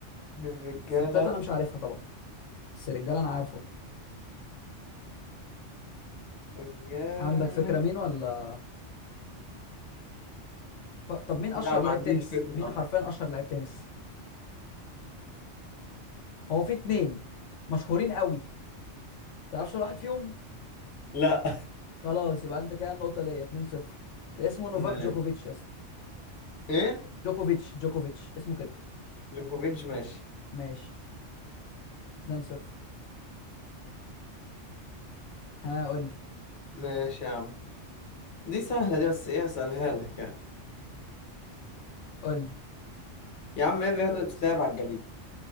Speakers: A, on the left; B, on the left.
A: الرجالة
B: الستات انا مش عارفها طبعا بس الرجاله انا عارفه
A: رجالة
B: عندك فكره مين ولا ف... طب مين اشهر
A: لا ما
B: لعيب
A: عنديش
B: تنس
A: فكرة
B: مين
A: خالص.
B: حرفيا اشهر لعيب تنس هو في اتنين مشهورين قوي تعرفش ولا واحد فيهم
A: <laughs> لا
B: خلاص يبقى انت كده النقطه ليا 2-0 اسمه نوفاك
A: <laughs>
B: جوكوفيتش يا اسطى
A: إيه
B: جوكوفيتش جوكوفيتش اسمه كده
A: جوكوفيتش ماشي
B: ماشي 2-0 ها قول لي
A: ماشي يا عم دي سهلة دي بس ايه اسألها لك يعني
B: قول لي
A: يا عم ايه الرياضة اللي بتتلعب على الجليد؟